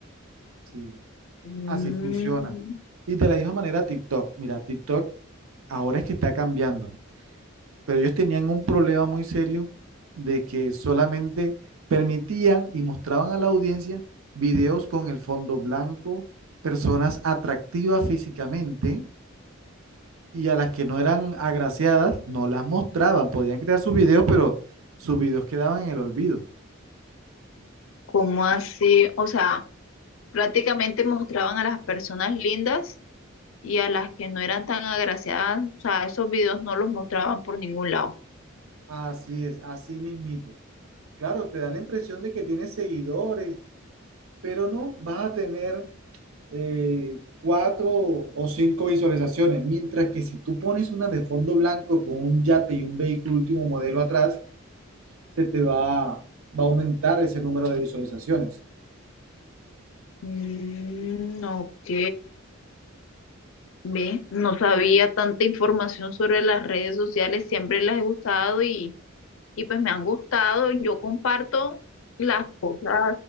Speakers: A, on the right; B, on the left.
A: Sí,
B: Mm,
A: así funciona. Y de la misma manera TikTok. Mira, TikTok ahora es que está cambiando, pero ellos tenían un problema muy serio de que solamente permitían y mostraban a la audiencia videos con el fondo blanco, personas atractivas físicamente y a las que no eran agraciadas no las mostraban. Podían crear sus videos, pero sus videos quedaban en el olvido.
B: ¿cómo así? O sea, prácticamente mostraban a las personas lindas y a las que no eran tan agraciadas, o sea, esos videos no los mostraban por ningún lado.
A: Así es, así mismito. Claro, te da la impresión de que tienes seguidores pero no vas a tener eh, cuatro o cinco visualizaciones, mientras que si tú pones una de fondo blanco con un yate y un vehículo último modelo atrás, se te va, va a aumentar ese número de visualizaciones.
B: Mm, ok, ve, no sabía tanta información sobre las redes sociales, siempre las he usado y, y pues me han gustado. Yo comparto las cosas,